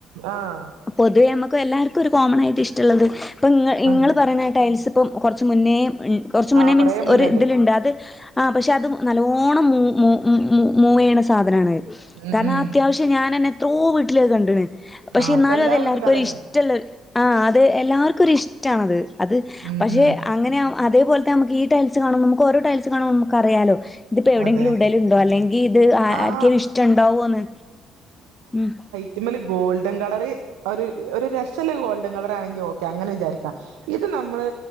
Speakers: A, on the right (about 75°); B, on the left (about 20°).
A: ആഹ്
B: പൊതുവേ നമുക്ക് എല്ലാർക്കും ഒരു കോമണായിട്ട് ഇഷ്ടള്ളത്. ഇപ്പൊ ഇങ്ങ ഇങ്ങള്
A: ഉം
B: പറിണ ടൈൽസ്പ്പം കൊർ ച്ച് മുന്നേ, കൊർച്ച്
A: ആഹ്
B: മുന്നേ
A: കൊറേ
B: മീൻസ്
A: മുന്നേണ്ട്
B: ഒരു ഇതില്ണ്ട് അത് ആഹ് പക്ഷെ അത് നല്ലോണം മൂ മൂ മൂ മൂ മൂവെയ്യ്ണ സാധനാണത്
A: ഉം
B: കാരണം,
A: ഉം
B: അത്യാവശ് ഞാനെന്നെ എത്രോ വീട്ടിലത് കണ്ട് ണ്. പക്ഷെ
A: ആഹ്
B: എന്നാലും
A: ഇപ്പ എല്ലാ
B: അതെല്ലാർക്കൊരു
A: വീട്ടിലും അതന്നെ
B: ഇഷ്ടള്ളെ ആഹ് അത് എല്ലാർക്കൊരിഷ്ടാണത്. അത്
A: ഉം
B: പക്ഷേ
A: ഉം
B: അങ്ങനെ അതേപോലത്തെ നമുക്ക് ഈ ടൈൽസ് കാണുംബം നമുക്കോരോ ടൈൽസ് കാണുംബം നമുക്കറിയാലോ ഇത്പ്പെവിടെങ്കിലും
A: അതെ
B: ഇടല്ണ്ടോ, അല്ലെങ്കി ഇത്
A: ആഹ്
B: ആർക്കേലും ഇഷ്ടണ്ടാണ്ടാവോന്ന് ഉം.
A: ഇത് മ്മല് ഗോൾഡൻ കളറ്, ഒരു ഒരു രസല്ലെ ഗോൾഡൻ കളറാണെങ്കി ഓ ക്കെ അങ്ങനെ വിചാരിക്കാ. ഇത് നമ്മള്